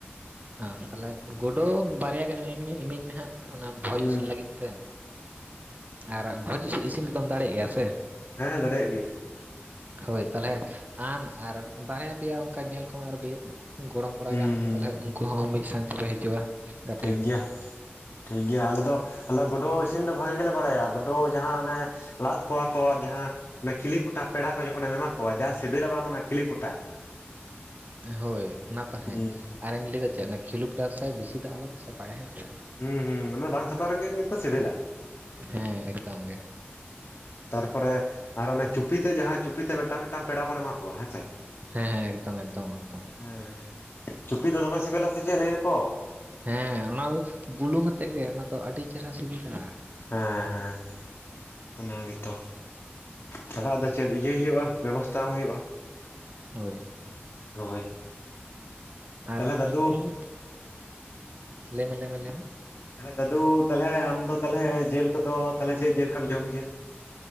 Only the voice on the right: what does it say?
ᱟᱨ ᱛᱟᱦᱚᱞᱮ ᱜᱩᱰᱩ ᱵᱟᱨᱭᱟ ᱜᱟᱱ ᱤᱢᱟᱹᱧ ᱢᱮ ᱦᱟᱸᱜ ᱚᱱᱟ ᱵᱷᱚᱡᱽ
ᱤᱥᱤᱱ ᱞᱟᱹᱜᱤᱫ ᱛᱮ ᱟᱨ ᱵᱷᱚᱡᱽ ᱤᱥᱤ ᱤᱥᱤᱱᱛᱚᱢ ᱫᱟᱲᱮᱭᱟᱜ ᱜᱮᱭᱟ ᱥᱮ
ᱦᱳᱭ ᱛᱟᱦᱚᱞᱮ ᱟᱢ ᱟᱨ ᱵᱟᱨᱭᱟ ᱯᱮᱭᱟ ᱚᱱᱠᱟ ᱧᱮᱞ ᱠᱚᱢ ᱟᱨ ᱵᱤᱭᱟᱜ ᱜᱚᱲᱚᱢ ᱠᱚᱲᱟ
ᱜᱟᱱ
ᱛᱟᱦᱚᱞᱮ ᱩᱱᱠᱩ ᱦᱚᱸ ᱢᱤᱫ ᱥᱟᱶ ᱛᱮᱠᱯᱮ ᱦᱤᱡᱩᱜᱼᱟ ᱜᱟ
ᱦᱳᱭ ᱚᱱᱟ ᱛᱟᱦᱮᱸ
ᱟᱨᱤᱧ ᱞᱟᱹᱭ ᱫᱟ ᱪᱮᱫ ᱚᱱᱟ ᱠᱷᱤᱞᱩ ᱯᱚᱴᱟ ᱥᱮ ᱵᱮᱥᱤᱫ ᱫᱚ ᱟᱞᱚ ᱯᱮ ᱥᱟᱯᱟᱭ ᱦᱮᱸᱥᱮ
ᱦᱮᱸ ᱮᱠᱫᱚᱢ ᱜᱮ
ᱦᱮᱸ ᱦᱮᱸ ᱮᱠᱫᱚᱢ ᱮᱠᱫᱚᱢ ᱮᱠᱫᱚᱢ
ᱦᱮᱸ ᱚᱱᱟ ᱵᱩᱞᱩᱝ ᱟᱛᱮᱫ ᱜᱮ ᱚᱱᱟ ᱛᱚ ᱟᱹᱰᱤ ᱪᱮᱦᱮᱨᱟ ᱥᱩᱵᱤᱞᱟ᱾
ᱦᱳᱭ
ᱟᱨ
ᱤᱧ ᱤᱧ ᱞᱟᱹᱭᱢᱮ ᱞᱟᱹᱭᱢᱮ ᱞᱟᱹᱭᱢᱮ